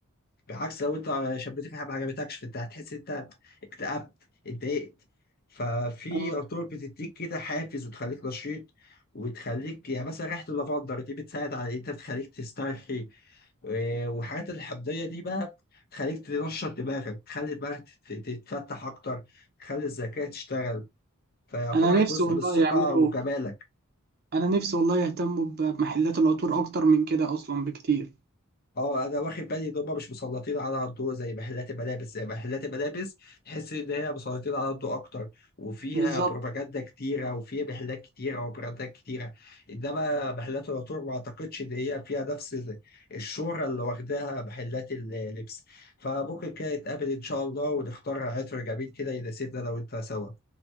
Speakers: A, on the left (about 45°); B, on the right (about 50°).
A: بعكس لو انت شبيتك حاجه ما عجبتكش فانت هتحس انت اكتئبت اتضايقت ففي
B: اه
A: عطور بتديك كده حافز وتخليك نشيط وتخليك يعني مثلا ريحه اللافندر دي بتساعد على انت تخليك تسترخي و- والحاجات الحمضيه دي بقى تخليك تنشط دماغك تخلي دماغك تت- تتفتح اكتر تخلي الذكاء تشتغل فيعتبر
B: انا
A: جزء
B: نفسي والله
A: من الثقه
B: يعملوا
A: وجمالك
B: انا نفسي والله يهتموا ب- بمحلات العطور اكتر من كده اصلا بكتير
A: اه انا واخد بالي ان هم مش مسلطين على الضوء زي محلات الملابس زي محلات الملابس تحس ان هي مسلطين على الضوء اكتر وفيها
B: بالظبط
A: بروباجندا كتيره وفيها محلات كتيره وبراندات كتيره انما محلات العطور ما اعتقدش ان هي فيها نفس الشهره اللي واخداها محلات اللبس فممكن كده نتقابل ان شاء الله ونختار عطر جميل كده يناسبنا لو انت سوا